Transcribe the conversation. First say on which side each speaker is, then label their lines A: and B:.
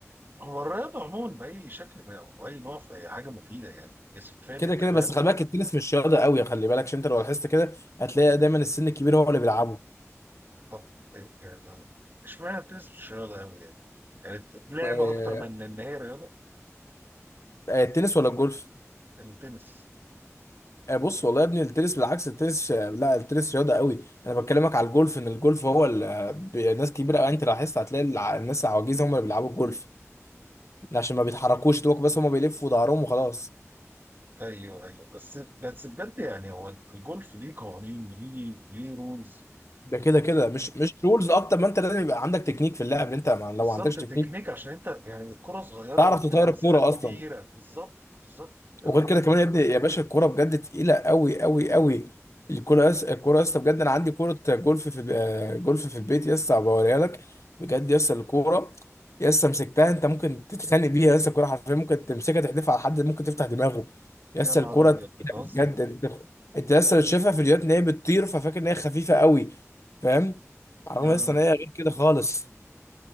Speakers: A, on the right; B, on the left.
A: هو الرياضة عموما بأي شكل من أو أي نوع في حاجة مفيدة يعني جسم فاهم
B: كده
A: أنت
B: كده
A: فاهم
B: بس خلي بالك التنس مش رياضه قوي خلي بالك عشان انت لو لاحظت كده هتلاقي دايما السن الكبير هو اللي بيلعبه
A: طب إيه، يعني اشمعنى التنس مش رياضة أوي يعني؟ يعني الت- لعبة
B: آه،
A: أكتر من إن هي رياضة
B: آه، التنس ولا الجولف
A: يعني التنس
B: آه، بص والله يا ابني التنس بالعكس التنس آه، لا التنس رياضه قوي انا بكلمك على الجولف ان الجولف هو ال- آه، ب- ناس كبيره قوي انت لاحظت هتلاقي الع- الناس العواجيز
A: مم.
B: هم اللي بيلعبوا الجولف عشان ما بيتحركوش دوك بس هم بيلفوا ظهرهم وخلاص
A: أيوه أيوه بس بس بجد يعني هو الجولف ليه قوانين ليه ليه رولز
B: ده كده كده مش مش رولز اكتر ما انت لازم يبقى عندك تكنيك في اللعب انت مع- لو
A: بالظبط
B: ما عندكش تكنيك
A: تكنيك عشان أنت يعني الكرة صغيرة
B: تعرف
A: وبتبقى
B: تطير
A: مسافات
B: الكوره
A: كبيرة
B: اصلا
A: بالظبط بالظبط أنا
B: وغير
A: بكلمك
B: كده كمان يا ابني يا باشا الكوره بجد تقيله قوي قوي قوي الكوره يس... الكوره يا اسطى بجد انا عندي كوره جولف في ال- آه، جولف في البيت يا اسطى بوريها لك بجد يا اسطى الكوره يا اسطى مسكتها انت ممكن تتخانق بيها يا اسطى الكوره حرفيا ممكن تمسكها تحدفها على حد ممكن تفتح دماغه يا
A: يا
B: اسطى
A: نهار
B: الكوره
A: أبيض
B: تقيله
A: بتهزر
B: بجد انت انت يا اسطى شايفها في فيديوهات ان هي بتطير ففاكر ان هي خفيفه قوي فاهم رغم
A: آه.
B: يا اسطى ان هي غير كده خالص